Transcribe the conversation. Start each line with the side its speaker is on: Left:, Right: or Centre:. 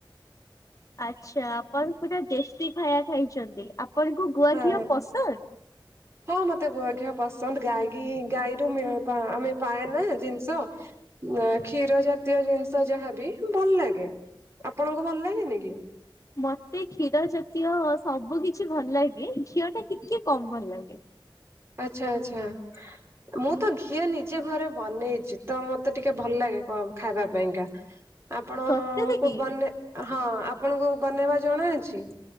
Left: ଆଚ୍ଛା ଆପଣ ପୁରା ଦେଶି ଖାଇବା ଖାଇଛନ୍ତି ଆପଣଙ୍କୁ ଗୁଆ
Right: ହଁ
Left: ଘିଅ ପସନ୍ଦ।
Right: ହଁ ମତେ ଗୁଆଘିଅ ପସନ୍ଦ ଗାଗି ଗାଈରୁ ମିଳେ। ପା ଆମେ ପାଏ ନା ଜିନିଷ ଏଁ କ୍ଷୀର ଯା ଜାତୀୟ ଜିନିଷ ଯାହାବି ଭଲ ଲାଗେ ଆପଣଙ୍କୁ ଭଲ ଲାଗେନି କି?
Left: ମତେ କ୍ଷୀର ଜାତୀୟ ସବୁ କିଛି ଭଲ ଲାଗେ କ୍ଷିଅ ଟା ଟିକେ କମ ଭଲ ଲାଗେ।
Right: ଆଚ୍ଛା ଆଛା ମୁଁ ତ ଘିଅ ନିଜେ ଘରେ ବନେଇଛି ତ ମତେ। ଟିକେ ଭଲ ଲାଗେ କ ଖାଇବା ପାଇଁକା ଆପଣଙ୍କୁ
Left: ସତରେ କି?
Right: ବନେ ହଁ ଆପଣଙ୍କୁ ବନେଇବା ଜଣା ଅଛି।